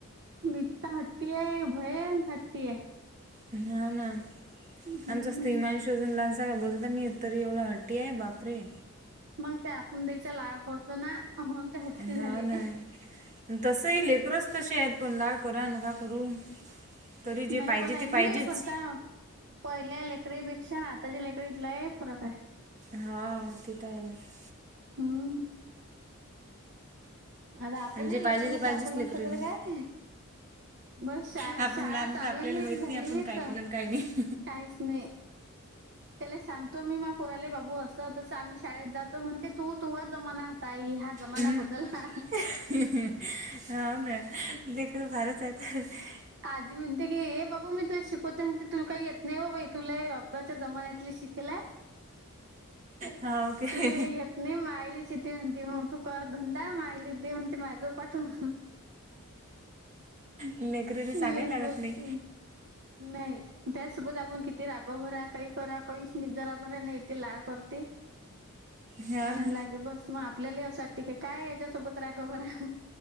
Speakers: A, on the right; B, on the right.
A: गीतका हट्टी आहे, भयन हट्टी आहे.
B: ना ना,
A: हम्म
B: आमचा स्त्रीमा शोजून डान्स का बोलता तरी, एवढं हट्टी आहे बापरे!
A: मग ते आपण द्यायचा लाळ करतो ना? म्हणून ते हट्टी
B: ना
A: झाले.
B: हा ना तसही लेकरच तसे आहेत, पण लाळ करा नका करू. तरी जे
A: नाही नाही
B: पाहिजे
A: बना, नाही
B: ते पाहिजेच
A: क नाही बता. पहिल्या लेकरीपेक्षा आताच्या लेकरीत लय फरक आहे.
B: हा तेथच.
A: हम्म. आता आपणही
B: आणिजे पाहिजे
A: लेकर
B: ते
A: होतो
B: पाहिजेच
A: आपण
B: लेकराले.
A: असं कर काय बस शा
B: आपण
A: शाळा
B: लहान
A: चालूही
B: तर आपल्याला माहित
A: झाली
B: नाही आपण काय
A: तर
B: केलं काही नाही <unintelligible>
A: काहीच नाही. त्याला सांगतो मी माय पोराले बाबू असं तसं आम्ही शाळेत जातो म्हणते तू तू जमाना होताई हा. जमाना
B: हम
A: बदलला.
B: हो ना लखर फारच आहेता. <unintelligible>
A: आजी म्हणते की हे बाबू मी तु शिकवते म्ह तुला काही येत नाही बाबाई तुला अब आताच्या जमान्यात. तूले शिकला
B: हाव काय?
A: तूला येत नाही मग आइले <unintelligible> ते म्हणते मग तू करधंदा माहिली दे म्हणते माझं पाठवून.
B: मेकरीनी सांगाय
A: लईच
B: लागत
A: बोलते
B: नाही.
A: नाही. त्यासोबत आपण किती राग भरा काही करा कही नि जरा भरा नाही ते लाळ करते.
B: हो
A: अनलागे
B: ना
A: बस मग आपल्याला असं ठीके काय याच्यासोबत राख बरा